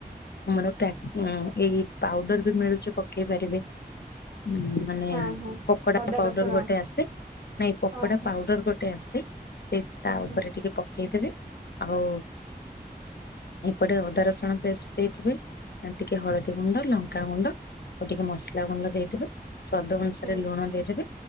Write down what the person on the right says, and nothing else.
ହଁ ହଁ
ଅଦା
ରସୁଣ
ଓହୋ
ହଁ
ହଁ ହଁ
ହୁଁ